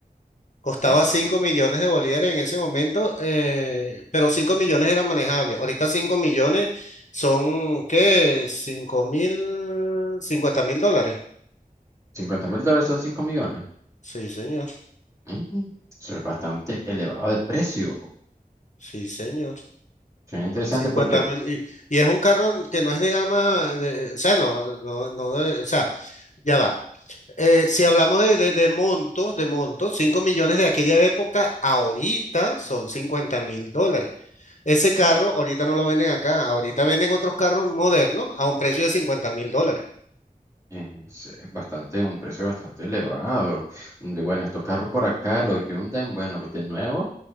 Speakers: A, on the left; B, on the right.
A: Costaba
B: Es
A: 5 millones de bolívares en ese momento, eh, pero 5 millones eran manejables. Ahorita 5 millones son, ¿qué? 5 mil, 50 mil dólares.
B: 50 mil dólares son 5 millones.
A: Sí, señor.
B: Mm, eso es bastante elevado de precio.
A: Sí, señor.
B: Suena interesante
A: cincuenta
B: porque
A: mil. Y, y es un carro que no es de gama, de- o sea, no, no, no, de- o sea, ya va. Eh, si hablamos de, de- de montos, de montos, 5 millones de aquella época, ahorita son 50 mil dólares. Ese carro ahorita no lo venden acá, ahorita venden otros carros modernos a un precio de 50 mil dólares.
B: Eh, sí, Es bastante, un precio bastante elevado. Mm, y Bueno, estos carros por acá, los Hyundai, bueno, de nuevo,